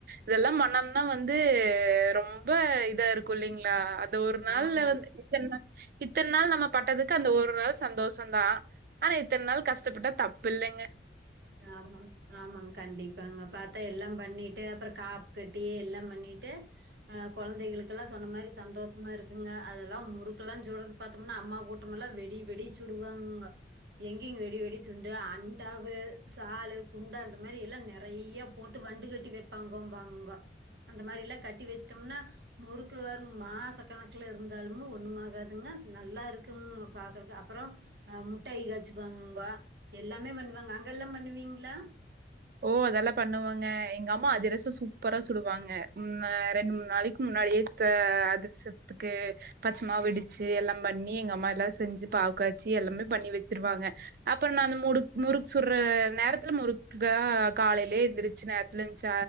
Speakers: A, on the right; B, on the right.
A: இதெல்லா பண்ணம் னா வந்து ரொம்ப இதா இருக்கு இல்லீங்ளா அந்த ஒரு நாள்ல
B: ஆமாங்க.
A: வந்து என்ன இத்தன் நாள் நம்ம பட்டதுக்கு அந்த ஒரு நாள் சந்தோசந்தா ஆனா இத்தன் நாள் கஷ்டப்பட்டா தப்பில்லங்க
B: ஆமாங் ஆமாங் கண்டிப்பாங்க பாத்தா எல்லாம் பண்ணீட்டு அப்பறோ காப் கட்டி எல்லாம் பண்ணீட்டு அ கொழந்தைகளுக்கல்லா சொன்ன மாரி சந்தோசமா இருக்குங்க அதெல்லா முறுக்கெல்லா சுடதுக் பாத்தம்னா அம்மா கூட்டமல்லா வெடிய வெடிய சுடுவாங்க எங்கிங்க வெடிய வெடிய சுண்டு அண்டாவ சாலு குண்டா அந்த மாரி எல்லா நெறைய போட்டு வண்டு கட்டி வெப்பாங்கோம்பாங்கோ அந்த மாரியெல்லா கட்டி வெச்ட்டம்னா முறுக்கு வருங்மாச கணக்குல இருந்தாலுமே ஒண்ணுமாகாதுங்க நல்லா இருக்குமுங்க பாக்குறக்கு அப்றோ அ முட்டாயி காச்சிபாங்கோ எல்லாமே பண்ணுவாங்க அங்கெல்லா பண்ணுவீங்ளா
A: ஓ அதல்லா பண்ணுவங்க எங்க அம்மா அதிரச சூப்பரா சுடுவாங்க ம் ஆ ரெண்டு மூண் நாளைக்கி முன்னாடியே த்தா அதிர்சத்துக்கு பச்சமாவு இடிச்சி எல்லா பண்ணி எங்க அம்மா எல்லா செஞ்சி பாவுக்காச்சி எல்லாமே பண்ணி வெச்சிருவாங்க அப்பறோ நா அந்த முடுக் முறுக்கு சுட்ற நேரத்துல முறுக் காக காலைலே எந்திரிச்சி நேரத்துல எந்ச்ச